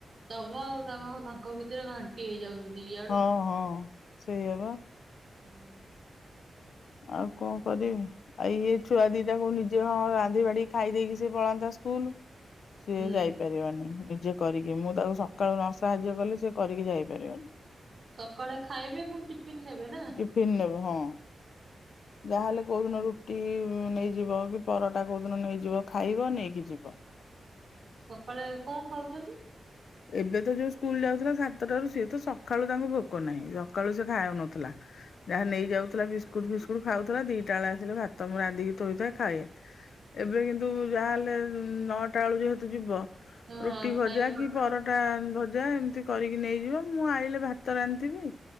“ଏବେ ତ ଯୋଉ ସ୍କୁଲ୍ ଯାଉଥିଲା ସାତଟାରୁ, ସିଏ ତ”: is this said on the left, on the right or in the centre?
Left